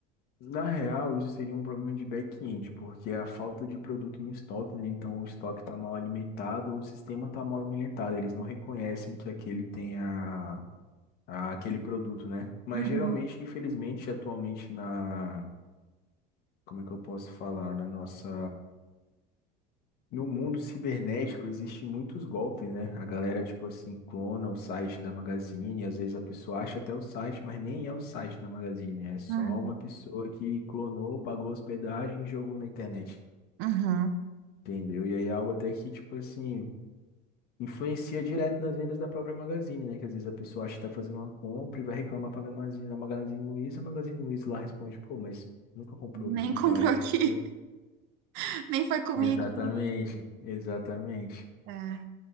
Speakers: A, on the left; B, on the right.
A: Na real, isso seria um problema de back-end, porque é a falta de produto no estoque, né? Então, o estoque está mal alimentado ou o sistema está mal alimentado. Eles não reconhecem que aquele tem a, a- aquele produto, né? Mas
B: Uhum,
A: geralmente, infelizmente, atualmente na, como é que eu posso falar, na nossa No mundo cibernético existem muitos golpes, né? A galera, tipo assim, clona o site da Magazine, às vezes a pessoa acha até o site, mas nem é o site da Magazine, é só
B: uhum.
A: uma pessoa que clonou, pagou hospedagem e jogou na internet,
B: Uhum.
A: entendeu? E aí é algo até que, tipo assim, influencia direto nas vendas da própria Magazine, né? Que às vezes a pessoa acha que tá fazendo uma compra e vai reclamar pra Magazine, a Magazine Luiza, a Magazine Luiza lá responde, pô, mas nunca comprou
B: Nem
A: aqui e
B: comprou
A: tal, e
B: É.
A: a
B: aqui,
A: pessoa...
B: <laughs> nem foi comigo.
A: Exatamente, exatamente.
B: É.